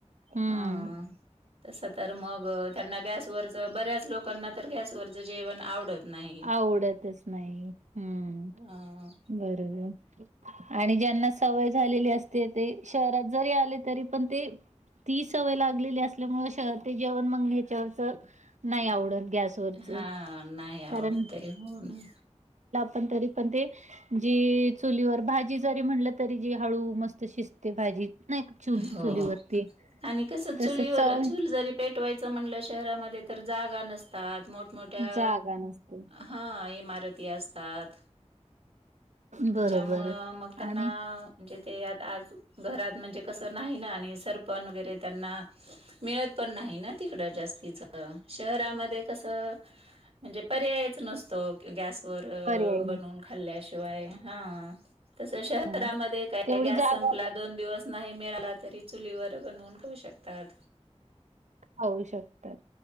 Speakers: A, on the right (about 85°); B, on the right (about 55°).
A: हम्म
B: हा तस तर मग त्यांना गॅसवरच बऱ्याच लोकांना तर गॅसवरचं जेवण आवडत नाही.
A: आवडतच नाही हम्म
B: हां.
A: बरोबर आणि ज्यांना सवय झालेली असते ते शहरात जरी आले तरी पण ते ती सवय लागलेली असल्यामुळे शहर ते जेवण मग ह्याच्यावरच नाही आवडल. गॅसवररच
B: हां, नाही आवडत
A: कारण
B: आहे. हो ना.
A: पण तरी पण ते जी चुलीवर भाजी जरी म्हणलं तरी ती हळू मस्त शिजते भाजी. नाही का चु
B: हो
A: चुलीवरती
B: आणि कस चुलीवर
A: तस चव
B: चूल जरी पेटवायच म्हणल घरामध्ये तर जागा नसतात मोठमोठ्या
A: जागा नसते.
B: ह इमारती असतात.
A: बरोबर
B: त्याच्यामुळं मग त्यांना
A: आणि
B: म्हणजे ते आज घरात म्हणजे कस नाही ना आणि तसं पण वगैरे त्यांना मिळत पण नाही ना. इकडे जास्तीचं. शहरामध्ये कस म्हणजे पर्यायच नसतो. गॅस वर
A: पर्याय
B: बनवून खाल्ल्याशि वाय ह तसं शहरांमध्ये
A: नसतो.
B: काय
A: तेवढी
B: गॅस
A: जागा
B: संपला दोन दिवस नाही मिळाला तरी चुलीवर बनवून खाउ शकतात.
A: होऊ शकतात,